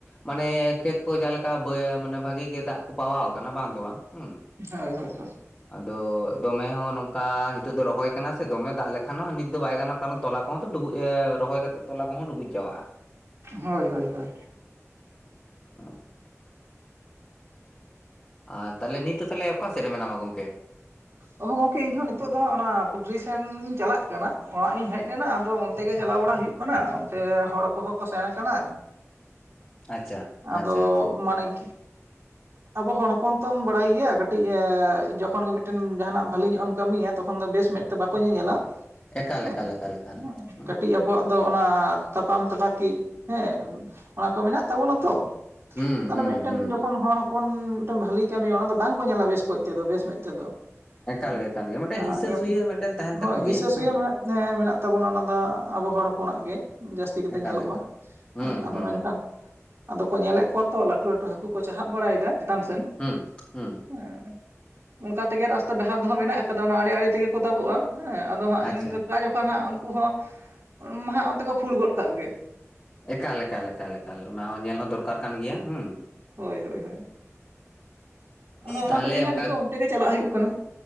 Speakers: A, on the left; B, on the right.
A: ᱢᱟᱱᱮ ᱠᱷᱮᱛ ᱠᱚ ᱡᱟ ᱞᱮᱠᱟ ᱵᱟᱭ ᱢᱟᱱᱮ ᱵᱷᱟᱜᱮ ᱜᱮ ᱫᱟᱜ ᱠᱚ ᱯᱟᱣᱟ ᱠᱟᱱᱟ ᱵᱟᱝ ᱫᱚ ᱵᱟᱝ ᱦᱩᱸ᱾
B: ᱦᱳᱭ, ᱦᱳᱭ, ᱦᱳᱭ᱾
A: ᱟᱫᱚ ᱫᱚᱢᱮ ᱦᱚᱸ ᱱᱚᱝᱠᱟ ᱦᱤᱛᱳᱜ ᱫᱚ ᱨᱚᱦᱚᱭ ᱠᱟᱱᱟ ᱥᱮ ᱫᱚᱢᱮ ᱫᱟᱜ ᱞᱮᱠᱷᱟᱱ ᱦᱚ ᱱᱤᱛ ᱫᱚ ᱵᱟᱭ ᱜᱟᱱᱚᱜ-ᱟ ᱠᱟᱨᱚᱱ ᱛᱚᱞᱟ ᱦᱚᱸ ᱛᱚ ᱰᱩᱵᱩᱡ ᱮ ᱨᱚᱦᱚᱭ ᱠᱟᱛᱮᱜ ᱛᱚᱞᱟ ᱠᱚᱦᱚ ᱰᱩᱵᱩᱡ ᱪᱟᱵᱟᱜ-ᱟ᱾
B: ᱦᱳᱭ, ᱦᱳᱭ, ᱦᱳᱭ᱾
A: <unintelligible> ᱟᱨ ᱛᱟᱞᱦᱮ ᱱᱤᱛ ᱫᱚ ᱛᱟᱞᱦᱮ ᱚᱠᱟ ᱥᱮᱫ ᱨᱮ ᱢᱮᱱᱟᱢᱟ ᱜᱚᱝᱠᱮ? <inaudible>
B: ᱚᱦ ᱜᱚᱝᱠᱮ ᱤᱧᱦᱚᱸ ᱱᱤᱛᱚᱜ ᱫᱚ ᱦᱟᱸᱜ ᱚᱱᱟ ᱯᱩᱠᱷᱨᱤ ᱥᱮᱱ ᱜᱤᱧ ᱪᱟᱞᱟᱜ ᱠᱟᱱᱟ᱾ᱚᱲᱟᱜ ᱤᱧ ᱦᱮᱡ ᱞᱮᱱᱟ ᱟᱫᱚ ᱚᱱᱛᱮ ᱜᱮ ᱪᱟᱞᱟᱣ ᱵᱟᱲᱟ ᱦᱩᱭᱩᱜ ᱠᱟᱱᱟ ᱚᱱᱛᱮ ᱦᱚᱲ ᱠᱚᱦᱚ ᱠᱚ ᱥᱮᱱ ᱠᱟᱱᱟ᱾
A: ᱟᱪᱪᱷᱟ,
B: ᱟᱫᱚ
A: ᱟᱪᱪᱷᱟ, ᱟᱪᱪᱷᱟᱺ
B: ᱢᱟᱱᱮ ᱟᱵᱚ ᱦᱚᱲ ᱦᱚᱯᱚᱱ ᱛᱚᱢ ᱵᱟᱲᱟᱭ ᱜᱮᱭᱟ ᱠᱟᱹᱴᱤᱡ ᱮ ᱡᱚᱠᱷᱚᱱ ᱜᱮ ᱢᱤᱫᱴᱮᱱ ᱡᱟᱦᱟᱱᱟᱜ ᱵᱷᱟᱞᱮ ᱧᱚᱜ ᱮᱢ ᱠᱟᱹᱢᱤᱭᱟ᱾ᱛᱚᱠᱷᱚᱱ ᱫᱚ ᱵᱮᱥ ᱢᱮᱫ ᱛᱮ ᱵᱟᱠᱚ ᱧᱮᱧᱮᱞᱟ
A: ᱮᱠᱟᱞ
B: ᱦᱮᱸ
A: ᱮᱠᱟᱞ ᱮᱠᱟᱞ ᱮᱠᱟᱞ
B: ᱦᱮᱸ
A: ᱦᱩᱸ
B: ᱠᱟᱹᱴᱤᱡ ᱮᱸᱻ ᱟᱵᱚᱣᱟᱜ ᱫᱚ ᱚᱱᱟ ᱛᱟᱯᱟᱢ ᱛᱟᱯᱟᱠᱤᱡ ᱦᱮᱸ ᱚᱱᱟ ᱠᱚ ᱢᱮᱱᱟᱜ ᱛᱟᱵᱚᱱᱟ ᱛᱚ᱾
A: ᱦᱩᱸ
B: ᱛᱟᱞᱦᱮ
A: ᱦᱩᱸ
B: ᱢᱤᱫᱴᱮᱱ
A: ᱦᱩᱸ
B: ᱡᱚᱠᱷᱚᱱ ᱦᱚᱲ ᱯᱷᱳᱱ ᱢᱤᱫᱴᱮᱱ ᱵᱷᱟᱞᱤ ᱠᱟᱹᱢᱤᱭᱟᱭ ᱚᱱᱟ ᱫᱚ ᱵᱟᱝᱠᱚ ᱧᱮᱞᱟ ᱵᱮᱥ ᱠᱚᱡ ᱛᱮᱫᱚ ᱵᱮᱥ ᱢᱮᱫ ᱛᱮᱫᱚ᱾
A: ᱮᱠᱟᱞ
B: ᱦᱮᱸ
A: ᱜᱮ ᱮᱠᱟᱞ ᱜᱮ ᱢᱤᱫᱴᱮᱱ ᱦᱤᱥᱟᱹ ᱥᱩᱭᱟᱹ
B: <unintelligible>
A: ᱢᱤᱫᱴᱮᱱ ᱛᱟᱦᱮᱱ ᱛᱟᱠᱚ
B: ᱦᱳᱭ ᱦᱸᱤᱥᱟᱹ
A: ᱜᱮᱭᱟ
B: ᱥᱤᱭᱟᱹ
A: ᱦᱮᱸ
B: ᱢᱮᱱᱟᱜ ᱮᱸ ᱢᱮᱱᱟᱜ ᱛᱟᱵᱚᱱᱟ ᱚᱱᱟ ᱫᱚ ᱟᱵᱚ ᱦᱚᱲ ᱦᱚᱯᱚᱱᱟᱜ ᱜᱮ ᱡᱟᱹᱥᱛᱤ ᱠᱟᱛᱮᱜ
A: ᱮᱠᱟᱞ
B: ᱧᱮᱞᱚᱜᱼᱟ
A: ᱮᱠᱟᱞ ᱦᱩᱸ
B: ᱦᱮᱸ ᱟᱫᱚ
A: ᱦᱩᱸ
B: ᱢᱮᱱᱠᱷᱟᱱ᱾ ᱟᱫᱚ ᱠᱚ ᱧᱮᱞᱮᱫ ᱠᱚᱣᱟ ᱛᱚ ᱞᱟᱹᱴᱩ ᱞᱟᱹᱴᱩ ᱦᱟᱹᱠᱩ ᱠᱚ ᱪᱟᱦᱟᱜ ᱵᱟᱲᱟᱭᱮᱫᱟ ᱪᱮᱛᱟᱱ ᱥᱮᱱ᱾
A: ᱦᱩᱸ ᱦᱩᱸ᱾
B: ᱦᱮᱸ ᱚᱱᱠᱟ ᱛᱮᱜᱮ ᱨᱟᱥᱛᱟ ᱰᱟᱦᱟᱨ ᱫᱚ ᱦᱟᱸᱜ ᱢᱮᱱᱟᱜ ᱠᱟᱫᱟ ᱚᱱᱟ ᱟᱲᱮ ᱟᱲᱮ ᱛᱮᱜᱮ ᱠᱚ ᱛᱟᱵᱚᱜᱼᱟ ᱦᱮᱸ᱾ ᱟᱫᱚ ᱦᱟᱸᱜ
A: ᱟᱪᱪᱷᱟ
B: ᱤᱱᱟᱹ ᱫᱚ ᱚᱠᱟ ᱡᱚᱠᱷᱚᱱ ᱦᱟᱸᱜ ᱩᱱᱠᱩ ᱦᱚᱸ ᱩᱱᱦᱟᱸᱜ ᱚᱱᱛᱮ ᱠᱚ ᱯᱷᱩᱲ ᱜᱚᱫ ᱠᱟᱜ ᱜᱮ᱾
A: ᱮᱠᱟᱞ ᱮᱠᱟᱞ ᱮᱠᱟᱞ ᱮᱠᱟᱞ ᱚᱱᱟ ᱦᱚᱸ ᱧᱮᱞ ᱦᱚᱸ ᱫᱚᱨᱠᱟᱨ ᱠᱟᱱ ᱜᱮᱭᱟ ᱦᱩᱸ᱾
B: ᱦᱳᱭ ᱦᱳᱭ ᱦᱳᱭ᱾ ᱟᱫᱚ ᱚᱱᱟ
A: ᱛᱟᱦᱚᱞᱮ
B: ᱦᱚᱛᱮᱡ ᱦᱟᱸᱜ
A: ᱚᱱᱠᱟ
B: ᱱᱤᱛᱚᱜ ᱚᱱᱛᱮ ᱛᱮᱜᱮ ᱪᱟᱞᱟᱜ ᱦᱩᱭᱩᱜ ᱠᱟᱱᱟ᱾